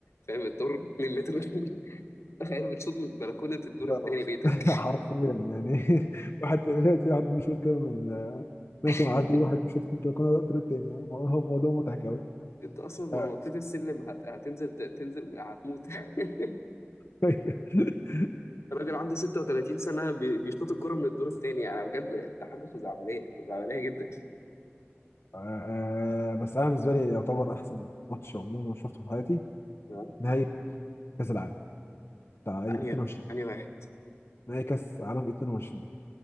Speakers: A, on the left; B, on the left.
A: فاهم الدور 2 متر <laughs> تخيل بتشوط من بلكونة الدور التاني
B: آه.
A: بيتك
B: <laughs> حرفيا يعني <laughs> واحد تلاقي واحد بيشوط كده من آه، ماشي
A: <laughs>
B: معدي واحد بيشوط من البلكونه قدر التاني يعني هو موضوع مضحك قوي
A: انت اصلا لو
B: آه.
A: نطيت السلم هت... هتنزل ت- تنزل هتموت <laughs> تخيل
B: <laughs>
A: راجل عنده 36 سنة بي- بيشوط الكرة من الدور التاني يعني بجد ده حاجة خزعبلية خزعبلية جدا
B: آه، بس انا بالنسبه لي يعتبر احسن ماتش عموما شفته في حياتي
A: تمام
B: نهائي كاس العالم بتاع اي
A: أنهي
B: 22
A: أنهي واحد
B: نهائي كاس عالم 22